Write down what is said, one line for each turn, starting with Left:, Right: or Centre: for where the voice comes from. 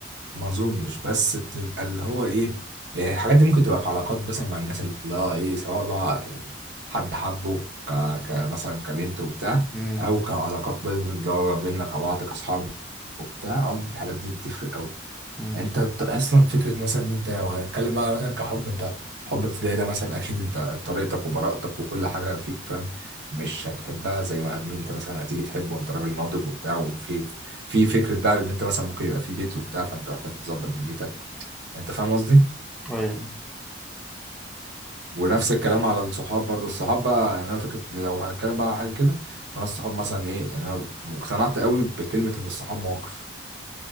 Right: ما اظنش بس تبقى اللي هو ايه يعني الحاجات دي ممكن تبقى في علاقات مثلا مع الناس اللي هو ايه سواء بقى يعني حد حبه ك... كمثلا كبنت وبتاع
Centre: امم
Right: او كعلاقات بين اللي هو بيننا كبعض كاصحاب وبتاع أعتقد الحاجات دي بتفرق قوي
Centre: امم
Right: انت ت- اصلا فكره مثلا ان انت لو هنتكلم بقى مثلا كحب انت حب ابتدائي ده مثلا اكيد انت طريقتك وبراءتك وكل حاجه فيك فاهم مش هتحبها زي ما هن- انت مثلا هتيجي تحبه وانت راجل ناضج وبتاع وفي في فكره بقى ان انت مثلا ممكن يبقى في بيت وبتاع فانت محتاج تظبط دنيتك انت فاهم قصدي
Centre: ايوه
Right: ونفس الكلام على الصحاب برضو الصحاب بقى يعني انا فكره لو هنتكلم بقى على حاجه كده فانا الصحاب مثلا ايه يعني انا اقتنعت قوي بكلمه ان الصحاب مواقف